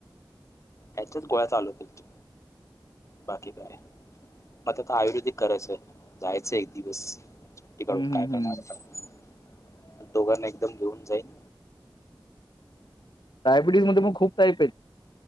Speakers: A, on the left (about 35°); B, on the left (about 60°).
A: त्याच गोळ्या चालू होतील. बाकी काय मग आता आयुर्वेदिक करायचंय जायचंय एक दिवस ून
B: हम्म हम्म
A: काय
B: हम्म.
A: करणार आप दोघांना एकदम घेऊन जाईन.
B: डायबिटीज मध्ये मग खूप टाईप आहेत